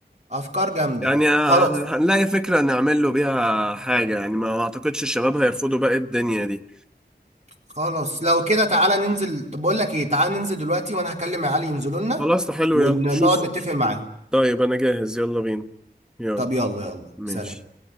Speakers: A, on the right (about 40°); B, in the centre.
A: أفكار جامدة
B: يعني آه،
A: خلاص
B: هنلاقي فكرة نعمل له بيها حاجة يعني ما اعتقدش الشباب هيرفضوا بقى الدنيا دي
A: خلاص لو كده تعالى ننزل طب بقول لك ايه تعالى ننزل دلوقتي وانا هكلم علي ينزلوا لنا
B: خلاص ده حلو
A: ونقعد
B: يلا شوف
A: نتفق معاهم
B: طيب انا جاهز يلا بينا يلا
A: طب يلا يلا
B: ماشي
A: سلام